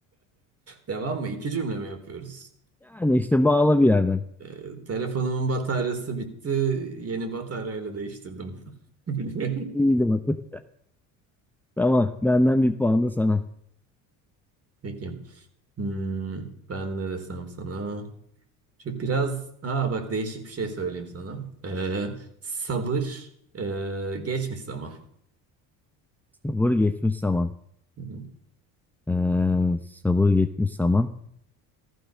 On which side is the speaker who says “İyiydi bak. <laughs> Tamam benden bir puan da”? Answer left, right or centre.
Centre